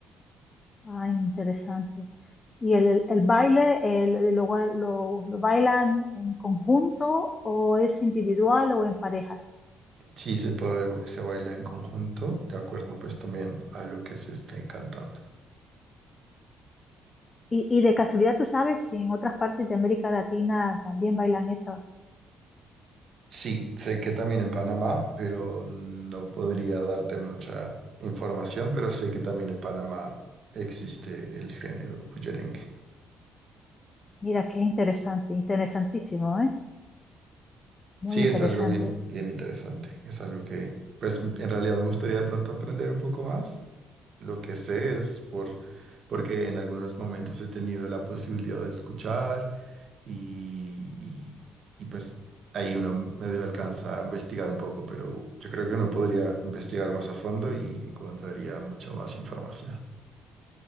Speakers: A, on the left (about 30°); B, on the right (about 55°).
A: Ah, interesante. ¿Y el, el baile el- lo, lo- lo bailan en conjunto o es individual o en parejas?
B: Sí se puede, se baila en conjunto, de acuerdo pues también a lo que se esté cantando.
A: Y, y de casualidad tú sabes si en otras partes de América Latina también bailan eso.
B: Sí, sé que también en Panamá, pero no podría darte mucha información, pero sé que también en Panamá existe el género bullerengue.
A: Mira, qué interesante, interesantísimo, ¿eh? Muy
B: Sí,
A: interesante,
B: es algo bien, bien interesante. Es algo que, pues, en realidad me gustaría de pronto aprender un poco más. Lo que sé es por, porque en algunos momentos he tenido la posibilidad de escuchar y, y- y, pues ahí uno medio alcanza a investigar un poco, pero yo creo que uno podría investigar más a fondo y encontraría mucha más información.